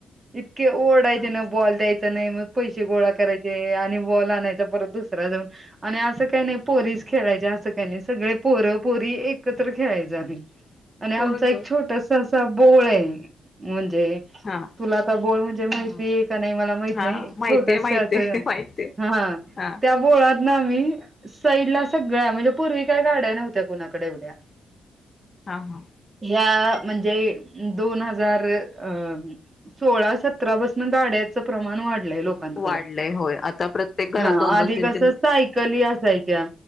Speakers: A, on the right; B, on the left.
A: इतके ओरडायचे
B: हा.
A: ना बॉल द्यायचा नाही मग पैसे गोळा करायचे. आणि बॉल आणायचा परत दुसरा जाऊन आणि असं काही नाही पोरीस खेळायच अस. सगळे पोरं पोरी एकत्र खेळायच आम्ही आणि आमचा
B: होय
A: एक
B: होय
A: छोटसा असा बोळ आहे म्हणजे
B: हा.
A: तुला आता बोोल म्हणजे माहती्
B: हा.
A: आहे का नाही मला माहत
B: हा
A: नाही
B: माहितीय
A: छोट असं
B: माहितीय माहितीय
A: हा.
B: हा.
A: त्या बोळात न आम्ही साईडला सगळ्या म्हणजे पूर्वी काय गाड्या नव्हत्या कुणाकडे एवढ्या
B: हा हा
A: ह्या म्हणजे दोन हजार अ सोळा सतरा पाासून गाड्याचं प्रमाण वाढलंय लोक लोकांकड
B: वाढलंय होय आता प्रत्येक
A: हा
B: घरात दोन
A: आधी
B: दोन तीन
A: कस सायकल ह असायच्या